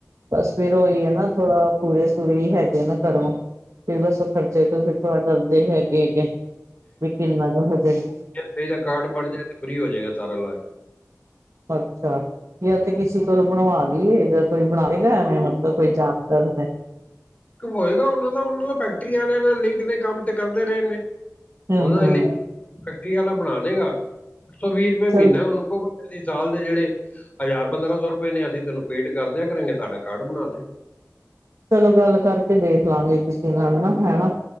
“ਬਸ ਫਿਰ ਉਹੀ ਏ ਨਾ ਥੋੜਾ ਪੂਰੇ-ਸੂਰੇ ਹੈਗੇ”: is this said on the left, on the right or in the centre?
Right